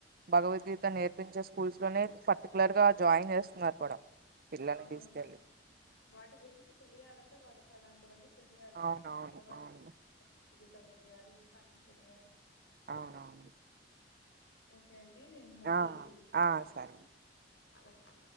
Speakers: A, on the right (about 55°); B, on the left (about 75°).
A: భగవద్గీత నేర్పించే స్కూల్స్ లోనే పర్టికులర్ గా జాయిన్ చేస్తున్నారు కూడా పిల్లలని
B: అవును
A: తీసుకెళ్లి
B: వాటి గురించి తెలియాలంటే వాళ్ళకి అలాంటివన్నీ తెలియాలి
A: అవునవును
B: ఎవరైనా
A: అవును
B: ఈత తెలియాలి ఇంకా అన్నీ తెలియాలి
A: అవునవును
B: ఓకే అండి నేను మళ్ళీ
A: ఆ ఆ
B: చేస్తాను
A: సరే
B: ఓకే